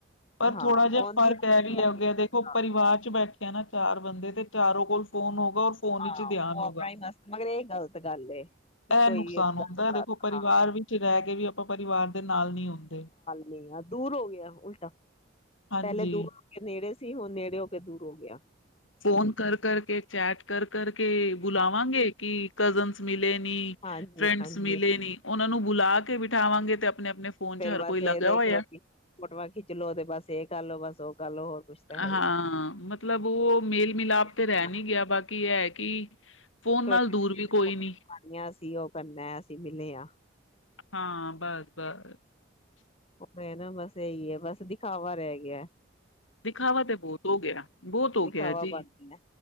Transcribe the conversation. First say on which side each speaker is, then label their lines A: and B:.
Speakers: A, on the left; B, on the left.
A: ਪਰ
B: ਹਾਂ
A: ਥੋੜਾ ਜਿਹਾ
B: ਉਹਦੀ
A: ਫ਼ਰਕ
B: ਆਪਣੀ
A: ਹੈ ਵੀ
B: ਲਾਈਫ
A: ਹੈ ਗਿਆ ਦੇਖੋ ਪਰਿਵਾਰ ਚ ਬੈਠੇ ਕਹਿਣਾ ਚਾਰ ਬੰਦੇ ਤੇ ਚਾਰੋ ਕੋਲ ਫੋਨ ਹੋ ਰ ਫੋਨ ਵਿੱਚ
B: ਹਾਂ
A: ਧਿਆਨ
B: ਉਹ
A: ਹੋਗਾ
B: ਆਪਣਾ ਹੀ ਮਸਤ ਮਗਰ ਇਹ ਗ਼ਲਤ ਗੱਲ ਏ ਕਿ
A: ਇਹ
B: ਕੋਈ
A: ਨੁਕਸਾਨ
B: ਏਦਾਂ,
A: ਹੁੰਦਾ ਦੇਖੋ ਪਰਿਵਾਰ
B: ਹਾਂ
A: ਵਿੱਚ ਰਹਿ ਕੇ ਵੀ ਆਪਾਂ ਪਰਿਵਾਰ ਦੇ ਨਾਲ ਨਹੀਂ ਆੁੰਂਦੇ
B: ਨਹੀਂ ਦੂਰ ਹੋ ਗਿਆ ਉਲਟਾ
A: ਹਾਂਜੀ
B: ਪਹਿਲੇ ਦੂਰ ਹੋ ਕੇ ਨਹੀਂ ਨੇੜੇ ਸੀ ਹੋ ਨੇੜੇ ਹੋ ਕੇ ਦੂਰ ਹੋ ਗਿਆ
A: ਫੋਨ ਕਰ ਕਰਕੇ ਚੈਟ ਕਰ ਕਰਕੇ ਬੁਲਾਵਾਂਗੇ
B: ਹਾਂਜੀ
A: ਕਿ ਕਜ਼ਨਸ ਮਿਲੇ ਵੀ
B: ਹਾਂਜੀ
A: ਫਰੈਂਡਸ
B: ਹਾਂਜੀ
A: ਮਿਲੇ ਨਹੀਂ। ਉਹਨਾਂ ਨੂੰ ਬੁਲਾ ਕੇ ਬਿਠਾਵਾਂਗੇ ਤੇ ਆਪਣੇ ਆਪਣੇ ਫੋਨ
B: ਫੇਰ
A: ਚ ਹਰ
B: ਬਸ
A: ਕੋਈ ਲੱਗਾ
B: ਇਹ ਦੇਖਲੋ
A: ਹੋਇਆ
B: ਕਿ, ਫੋਟੋਆਂ ਖਿੱਚ ਲੋੋ, ਤੇ ਬਸ ਇਹ ਕਰਲੋ ਬਸ ਉਹ ਕਰਲੋ ਹੋਰ ਕੁਛ ਤਾਂ ਹੈ
A: ਹਾਂ,
B: ਹੀ
A: ਮਤਲਬ ਉਹ ਮੇਲ ਮਿਲਾਪ ਤੇ
B: ਨੀ
A: ਰਹਿ ਨਹੀਂੀ ਗਿਆ ਬਾਕੀ ਹੈ ਕਿ <inaudible>
B: ਛੋਟੀਆਂ
A: ਦੂਰ ਵੀ ਕੋਈ ਨੀ
B: <inaudible> ਸੀ ਉਹ ਕਰਨਾ ਮਿਲੇ ਹਾਂ।
A: ਹਾਂ ਬੱਸ ਬੱਸ।
B: ਔ ਭੈਣ ਅ ਬਸ ਇਹੀ ਹੈ ਬਸ ਦਿਖਾਵਾ ਰਹਿ ਗਿਆ।
A: ਦਿਖਾਵਾ ਤੇ ਬਹੁਤ ਹੋ ਗਿਆ ਬਹੁਤ ਹੋ
B: ਦਿਖਾਵਾ
A: ਗਿਆ ਜੀ।
B: ਬਣ ਗਿਆ